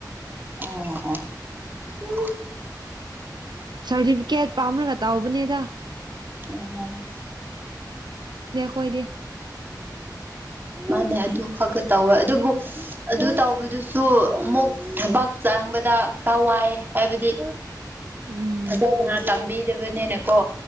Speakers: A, on the right; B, on the right.
A: ꯑꯣꯝ ꯎ
B: ꯁꯥꯔꯇꯤꯐꯤꯀꯦꯠ ꯄꯥꯝꯅꯒ ꯇꯥꯎꯕꯅꯦꯗ
A: ꯎꯝ
B: ꯑꯣꯏꯔꯦ
A: ꯃꯥꯅꯦ ꯑꯗꯨ ꯈꯒ ꯇꯧꯋꯦ ꯑꯗꯨꯕꯨ ꯑꯗꯨ ꯇꯧꯕꯗꯨꯁꯨ ꯑꯃꯨꯛ ꯊꯕꯥꯛ ꯆꯪꯕꯗ ꯈꯔ ꯋꯥꯏ ꯍꯥꯏꯕꯗꯤ
B: ꯎꯝ
A: ꯐꯖꯅ ꯇꯝꯕꯤꯗꯕꯅꯦꯅ ꯀꯣ